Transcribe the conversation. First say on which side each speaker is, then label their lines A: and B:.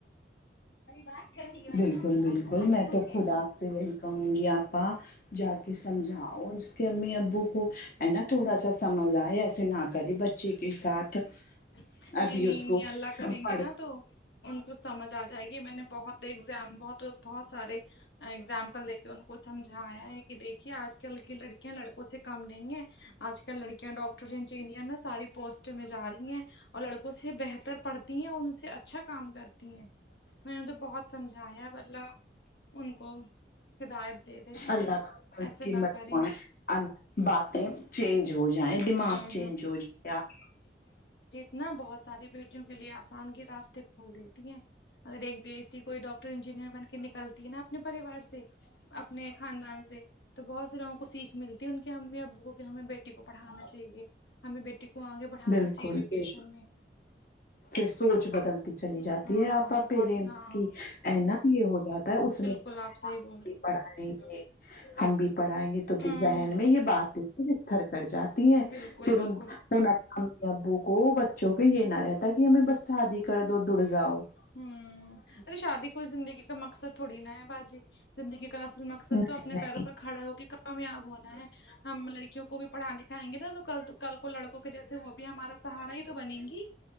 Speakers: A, on the left (about 75°); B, on the left (about 50°).
A: اے بات کر رہی ہے
B: بالکل
A: بھیا
B: بالکل
A: آئی
B: میں
A: تم
B: تو
A: کہ
B: خود آپ سے یہی کہوں گی آپا جا کے سمجھاؤ اس کے امی ابو کو ہے نا تھوڑا سا سمجھ آئے ایسے نہ کرے بچی کے ساتھ
A: نہیں
B: ابھی
A: نہیں
B: اس
A: نہیں
B: کو
A: اللہ کریں
B: پڑھ
A: گے نا تو ان کو سمجھ آ جائے گی میں نے بہت ایگزام بہت بہت سارے اگزامپل دے کے ان کو سمجھایا ہے کہ دیکھیے آج کل کی لڑکیاں لڑکوں سے کم نہیں ہے آج کل لڑکیاں ڈاکٹر انجینئر نہ ساری پوسٹ میں جا رہی ہیں اور لڑکوں سے بہتر پڑھتی ہیں اور ان سے اچھا کام کرتی ہیں میں نے تو بہت سمجھایا اب اللہ ان کو ہدایت دے دے کہ
B: اللہ
A: وہ
B: کا
A: ایسے نہ
B: متوان
A: کریں
B: باتیں چینج ہو جائیں دماغ
A: ہوں
B: چینج ہو جائے آپ
A: نہ بہت ساری بیٹیوں کے لیے آسان کے راستے کھول دیتی ہیں اگر ایک بیٹی کوئی ڈاکٹر انجینئر بن کے نکلتی ہے نا اپنے پریوار سے اپنے خاندان سے تو بہت سے لوگوں کو سیکھ ملتی ان کے امی ابو کو کہ ہمیں بیٹی کو پڑھانا چاہیے ہمیں بیٹی کو کو آگے بڑھانا
B: بالکل
A: چاہیے ایجوکیشن
B: بالکل
A: میں
B: پھر سوچ بدلتی چلی جاتی
A: ہاں
B: ہے آپا
A: بہت
B: پیرنٹس
A: ہاں
B: کی انت یہ ہو جاتا ہے اس نے
A: کل آپ صحیح بول رہے ہیں
B: پڑھائیں گے ہم بھی پڑھائیں گے تو
A: ہوں
B: ذہن میں یہ بات ہے پ تھر کٹ جاتی ہیں
A: بالکل
B: پھر
A: بالکل
B: ان ان امی ابو کو بچوں کو یہ نہ رہتا کہ ہمیں بس شادی کر دو دڑ جاؤ
A: ہوں ارے شادی کوئی زندگی کا مقصد تھوڑی نہا ہے باجی زندگی کا اصل مقصد
B: نہیں
A: تو اپنے
B: نہیں
A: پیروں پر کھڑے ہو کے کامیاب ہونا ہے ہم لڑکیوں کو بھی پڑھا لکھائیں گے نا تو کل کل وہ لڑکوں کے جیسے وہ بھی ہمارا سہارا ہی تو بنے گی